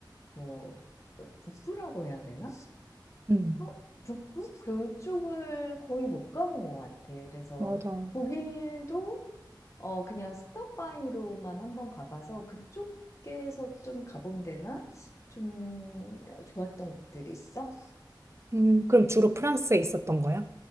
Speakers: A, on the left; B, on the right.
A: 뭐, 북부라고 해야 되나?
B: 음,
A: 어? 북부? 그쪽을 거의 못 가본 것 같아. 그래서
B: 맞아.
A: 독일도 어 그냥 스톱바이로만 한번 가봐서 그쪽에서 좀 가본 데나 좀 좋았던 곳들이 있어?
B: 음, 그럼 주로 프랑스에 있었던 거야?